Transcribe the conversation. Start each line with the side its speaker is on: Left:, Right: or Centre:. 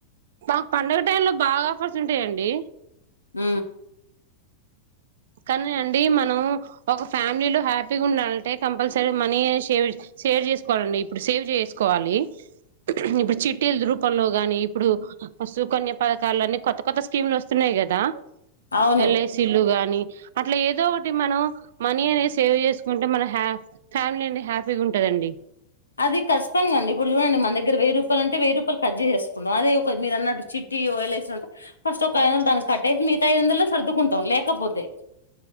Right: బ పండగ టైం లో బాగా ఆఫర్స్ ఉంటాయండి
Left: ఆ
Right: కానీ అండి మనం ఒక ఫ్యామిలీలో హ్యాపీగా ఉండాలంటే కంపల్సరీ మనీ సేవ్ సేవ్ చేసుకోవాలండి ఇప్పుడు సేవ్ చేసుకోవాలి ఇప్పుడు చిట్టీల రూపంలో గాని ఇప్పుడు శుకన్య పథకాలు అన్ని కొత్త కొత్త స్కీమ్లు వస్తున్నాయి కదా
Left: అవును
Right: ఎల్ ఐ సిలు గాని అట్లా ఏదో ఒకటి మనం మనీ అనేది సేవ్ చేసుకుంటే మన హ ఫ్యామిలీ అనేది హ్యాపీగా ఉంటదండి
Left: అది కష్టంగా అండి ఇప్పుడు చూడండి మన దగ్గర వెయ్యి రూపాయలు ఉంటే వెయ్యి రూపాయ కర్చేచేసుకున్నం అదే ఒక మీరు అన్నట్టు చిట్టియో ఎల్ ఐ సి ఉంటే ఫస్ట్ ఒక ఐదు వందలు దాన్ని కట్టేసి మిగతా ఐదు వందలు సర్దుకుంటాం లేకపోతే